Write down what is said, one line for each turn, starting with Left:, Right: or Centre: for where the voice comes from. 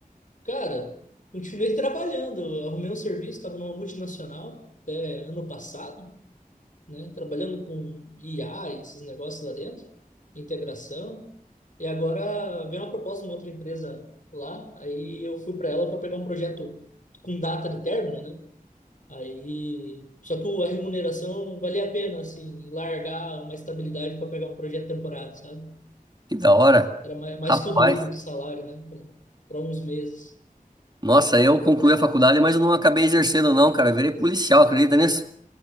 Left: Cara, continuei trabalhando, eu arrumei um serviço, estava numa multinacional até ano passado, né? Trabalhando com IA e esses negócios lá dentro, integração. E agora veio uma proposta de uma outra empresa lá, aí eu fui para ela para pegar um projeto com data de término, né? Aí, só que o- a remuneração valia a pena, assim, largar uma estabilidade para pegar um projeto temporário, sabe?
Right: Que da hora.
Left: Era mais, mais
Right: Rapaz,
Left: que o dobro do salário, né? Para uns meses.
Right: nossa, eu concluí a faculdade, mas eu não acabei exercendo, não, cara. Eu virei policial, acredita nisso?